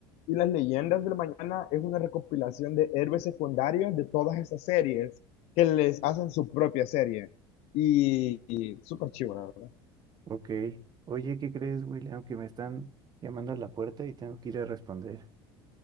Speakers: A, on the left (about 65°); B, on the right (about 35°).
A: y Las Leyendas del Mañana, es una recopilación de héroes secundarios de todas esas series que les hacen su propia serie. Y, y súper chivo, la verdad.
B: Ok, oye, ¿qué crees, William? Que me están llamando a la puerta y tengo que ir a responder.